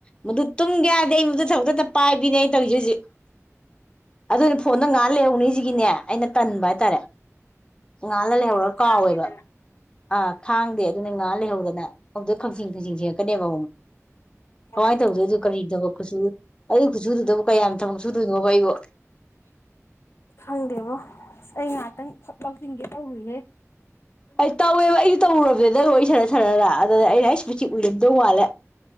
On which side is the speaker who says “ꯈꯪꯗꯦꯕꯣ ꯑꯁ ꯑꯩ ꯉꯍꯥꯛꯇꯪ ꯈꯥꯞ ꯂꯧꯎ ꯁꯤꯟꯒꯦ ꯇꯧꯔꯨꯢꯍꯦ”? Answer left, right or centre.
Left